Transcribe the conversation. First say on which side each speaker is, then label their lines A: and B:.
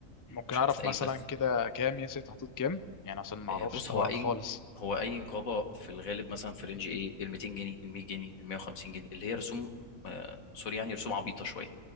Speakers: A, on the left; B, on the left.
A: ممكن
B: عشان
A: اعرف
B: تتقيد
A: مثلا
B: بس
A: كده كام ياسين في حدود كام يعني عشان ما
B: آه،
A: اعرفش
B: بص
A: طبعا
B: هو اي
A: خالص
B: هو اي نقابه في الغالب مثلا في رينج ايه ال 200 جنيه ال 100 جنيه ال 150 جنيه اللي هي رسوم آه، سوري يعني رسوم عبيطه شويه